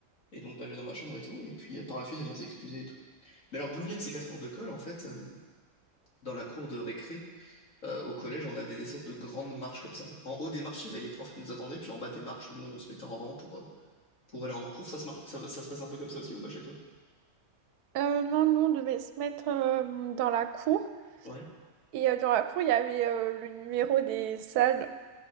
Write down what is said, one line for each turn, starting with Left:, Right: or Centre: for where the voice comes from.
Left: Et donc, bah, je vais dans ma chambre et tout. Et puis, euh, par la suite, elle vient s'excuser et tout. Mais alors, d'où viennent ces 4 heures de colle, en fait, euh, dans la cour de récré, euh, au collège, on avait des sortes de grandes marches comme ça. En haut des marches, il y avait les profs qui nous attendaient, puis en bas des marches, nous, on se mettait en rang pour, euh, pour aller en cours. Ça se, mar- ça, ça se passe un peu comme ça aussi, ou pas chez toi?
Right: Euh, non, nous, on devait se mettre euh, dans la cour.
Left: Ouais.
Right: Et euh, dans la cour, il y avait euh, le numéro des salles.